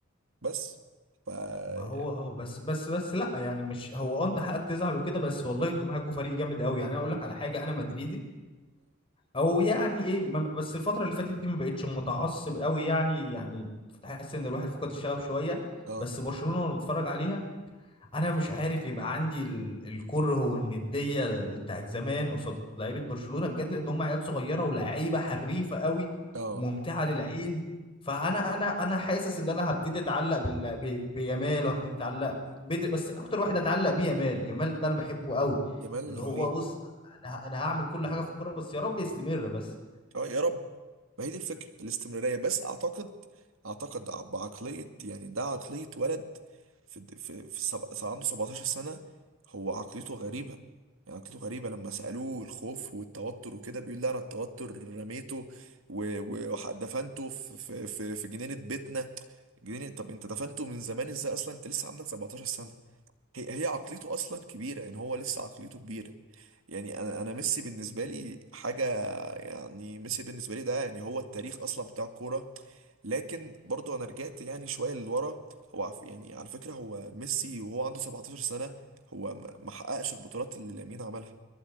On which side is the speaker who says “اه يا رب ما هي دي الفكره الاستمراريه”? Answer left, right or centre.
Right